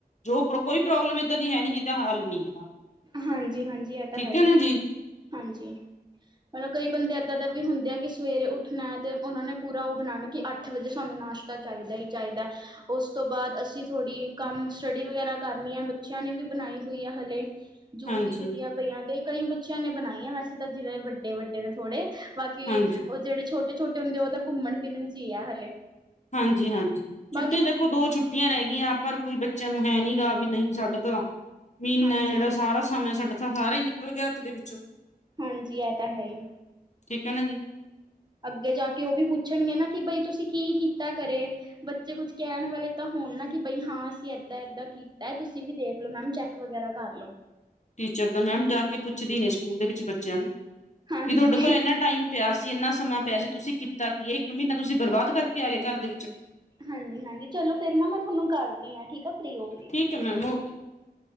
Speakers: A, on the left; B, on the right.
A: ਜੋ ਕੋਈ ਪ੍ਰੋਬਲਮ ਏਦਾਂ ਦੀ ਹੈ ਨੀ ਜਿਦਾਾਂ ਹੱਲ ਨੀ ਹੈਗਾ।
B: ਹਾਂਜੀ ਹਾਂਜੀ ਇਹ ਤਾਂ
A: ਠੀਕ
B: ਹੈ ਹੀ,
A: ਨਾ ਜੀ
B: ਹਾਂਜੀ। ਮਤਲਬ ਕਈ ਬੰਦੇ ਏਦਾਂ ਦਾ ਵੀ ਹੁੰਦੇ ਆ ਕਿ ਸਵੇਰੇ ਉੱਠਣਾ ਤੇ ਉਹਨਾਂ ਨੇ ਪੂਰਾ ਉਹ ਬਣਾਉਣਾ ਕਿ ਆ ਉੱਥੇ ਵਜੇ ਸਾਨੂੰ ਨਾਸ਼ਤਾ ਚਾਹੀਦਾ ਹੀ ਚਾਹੀਦਾ। ਉਸ ਤੋਂ ਬਾਅਦ ਅਸੀਂ ਥੋੜ੍ਹੀ ਕੰਮ ਸਟੱਡੀ ਵਗੈਰਾ ਕਰਨੀ ਆ ਬੱਚਿਆਂ ਨੇ ਵੀ ਬਣਾਈ ਹੋਈ ਆ ਹਲੇ। ਜੂਨ
A: ਹਾਂਜੀ
B: ਦੀ ਛੁੱਟੀਆਂ ਪਈਆਂ ਤੇ ਕਈ ਬੱਚਿਆਂ ਨੇ ਬਣਾਈਆਂ ਵੈਸੇ ਤਾਂ ਜਿਹੜੇ ਵੱਡੇ ਵੱਡੇ ਨੇ ਥੋੜੇ। ਬਾਕੀ
A: ਹਾਂਜੀ
B: ਉਹ ਜਿਹੜੇ ਛੋਟੇ ਛੋਟੇ ਹੁੰਦੇ ਉਹ ਤਾਂ ਘੁੰਮਣ ਫਿਰਨ ਚ ਹੀ ਆ ਹਲੇ।
A: ਹਾਂਜੀ ਹਾਂਜੀ। ਛੁੱਟੀ
B: ਬਾਕੀ
A: ਦੇਖੋ ਦੋ ਛੁੱ ਛਟੀਆਂ ਰਹਿ ਗਈਆਂ ਪਰ ਕੋਈ ਬੱਚਿਆਂ ਨੂੰ ਹੈ ਨੀ ਗਾ ਵੀ ਨਹੀਂ ਸਾਡੇ ਤਾਂ ਮੀਨਾ
B: ਹਾਂਜੀ-ਹਾਂਜੀ
A: ਜੇੜਾ ਸਾਰਾ ਸਮਾਂ ਸਾਡਾ ਥਾਂ ਸਾਰਾ ਹੀ ਨਿਕਲ ਗਿਆ ਹੱਥ ਦੇ ਵਿੱਚੋਂ
B: ਹਾਂਜੀ, ਏ ਤਾਂ ਹੈਈ।
A: ਠੀਕ ਐ ਨਾ ਜੀ।
B: ਅੱਗੇ ਜਾ ਕੇ ਓ ਵੀ ਪੁੱਛਣਗੀਆਂ ਨਾ ਕਿ ਬਈ ਤੁਸੀਂ ਕੀ ਕੀਤਾ ਕਰੇ? ਬੱਚੇ ਕੁੱਝ ਕੈਂਣ ਵਾਲੇ ਤਾਂ ਹੋਣ ਨਾ, ਕਿ ਬਈ ਹਾਂ ਅਸੀਂ ਏਦਾਂ-ਏਦਾਂ ਕੀ ਐ ਤੁਸੀ ਵੀ ਦੇਖ ਲੋ, ਮੈਮ ਚੈੱਕ ਵਗੈਰਾ ਕਰ ਲੋ।
A: ਟੀਚਰ ਦਾ ਮੈਮ ਜਾ ਕੇ ਪੁੱਛਦੀ ਨੀ ਸਕੂਲ ਦੇ ਵਿੱਚ ਬੱਚਿਆਂ ਨੂੰ
B: ਹਾਂਜੀ
A: ਕੀ ਤੁਆਡੇ ਕੋਲ ਇਨਾ ਟਾਈਮ ਪਿਆ ਸੀ ਇੰਨਾ ਸਮਾਂ ਪਿਆ ਸੀ ਤੁਸੀਂ ਕੀਤਾ ਕੀਏ? ਇੱਕ ਮੀਨਾ ਤੁਸੀਂ ਬਰਬਾਦ ਕਰਕੇ ਆ ਗਏ, ਘਰ ਦੇ ਵਿੱਚ।
B: ਹਾਂਜੀ-ਹਾਂਜੀ ਚਲੋ, ਫੇਰ ਨਾ ਮੈਂ ਥੋਨੂੰ ਕਰਦੀ ਆਂ, ਠੀਕ। ਫ੍ਰੀ ਹੋਕੇ,
A: ਠੀਕ ਹੈ ਮੈਮ ਓਕੇ